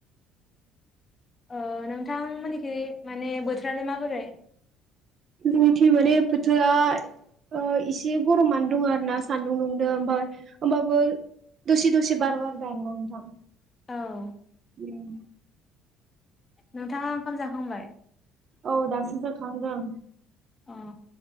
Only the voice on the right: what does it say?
जोंनिथि माने बोथोरा ओ इसे गरमानो दङ आरो ना सान्दुं दुंदो ओमफाय ओमबाबो दसे दसे बार बारदो आरो ना नोंथां ।
उम
औ दासो जाखांदों ।